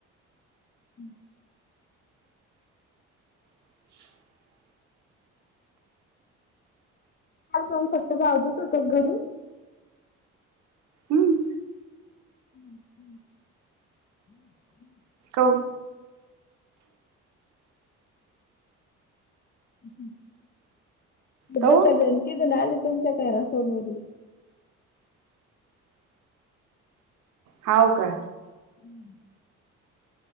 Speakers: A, on the left; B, on the right.
A: हम्म
B: शुक
A: कालही फक्त जावतच होत घरी
B: हम्म
A: हम हम्
B: हो
A: हम्म. <unintelligible> बरं
B: काऊन
A: झालं तिडून आले तुमच्या घरासमोरील
B: हाव का
A: हम्म